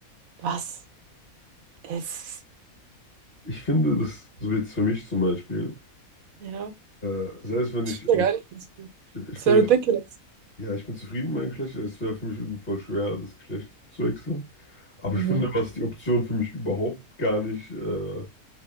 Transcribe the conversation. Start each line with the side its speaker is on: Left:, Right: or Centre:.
Right: Was? Es.
Left: ich finde das, so jetzt für mich zum Beispiel,
Right: Ja.
Left: äh, selbst wenn
Right: Das
Left: ich, also
Right: wäre gar
Left: ich,
Right: nicht.
Left: ich
Right: Das
Left: bin,
Right: wäre ridiculous.
Left: ja, ich bin zufrieden mit meinem Geschlecht, es wäre für mich irgendwie voll schwer, das Geschlecht zu wechseln. Aber
Right: Mhm.
Left: ich finde, was die Option für mich überhaupt gar nicht, äh,